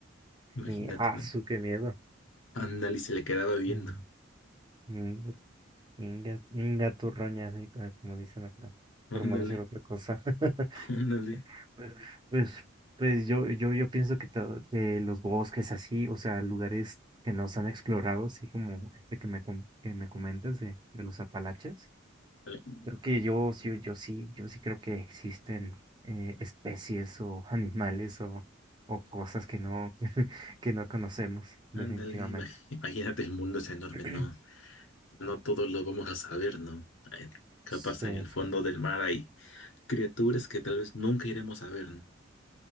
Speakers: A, on the left (about 65°); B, on the right (about 20°).
A: Imagínate,
B: Y, ah,
A: ¿no?
B: su, qué miedo.
A: Ándale, y se le quedaba viendo.
B: Mm, mm, Inga, inga turroña, sí, co- como dicen acá, por
A: Ándale,
B: no decir otra cosa. <laughs>
A: <laughs> ándale,
B: Pues, pues, pues yo, yo, yo pienso que, to- que los bosques así, o sea, lugares que no se han explorado, así como este que me, com- que me comentas de, de los Apalaches,
A: ándale.
B: Creo que yo, sí- yo, sí, yo sí creo que existen eh, especies o <laughs> animales o, o cosas que no, <laughs> que no conocemos, definitivamente.
A: ándale, imagi- Imagínate el mundo es enorme,
B: <clears throat>
A: ¿no? No todos lo vamos a saber, ¿no? Eh, Capaz
B: Sí,
A: en el fondo
B: sí,
A: del mar hay criaturas que tal vez nunca iremos a ver, ¿no?